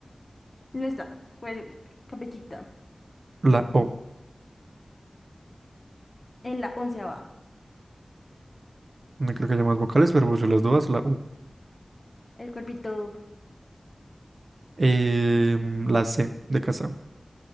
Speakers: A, on the left; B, on the right.
A: no está, cuer- cabecita.
B: La O.
A: En la 11 va.
B: No creo que haya más vocales, pero puse las dos, la U.
A: El cuerpito,
B: Em, la C de casa.